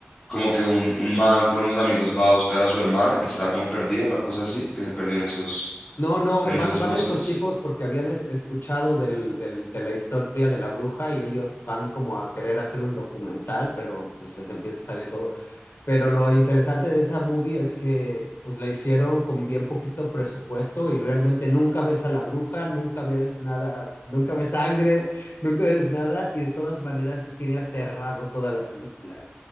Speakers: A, on the left; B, on the left.
A: como que un, un man con unos amigos va a buscar a su hermana que está como perdida, una cosa así, que se perdió en esos,
B: No, no,
A: en esos
B: van, van
A: bosques.
B: estos tipos porque habían es- escuchado del, del- de la historia de la bruja y ellos van como a querer hacer un documental, pero pues les empieza a salir todo. Pero lo interesante de esa movie es que pues la hicieron con bien poquito presupuesto y realmente nunca ves a la bruja, nunca ves nada, nunca ves sangre, nunca ves nada y de todas maneras te tiene aterrado toda la película.